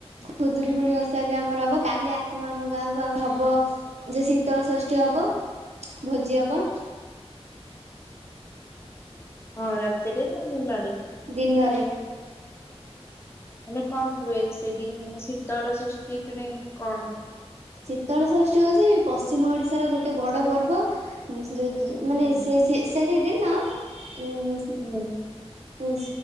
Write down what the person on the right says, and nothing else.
ଖୁଦରୁକୁୁଣୀ ଓଷା ବି ଆମର ହବ କାଲି ଆସିବ ଆମ ଗାଁକୁ ଆମ ହବ ଯୋଉ ଶୀତଳ ଷଷ୍ଠୀ ହବ ଭୋଜି ହବ।
ଦିନରେ।
ଶୀତଳଷଷ୍ଠୀ ହଉଛି ପଶ୍ଚିମ ଓଡିଶାର ଗୋଟେ ବଡ ପର୍ବ। ଯିଏ ଯିଏ ମାନେ
ସେ ସେହି ସେ ଦିନ ଉଁ। ଉ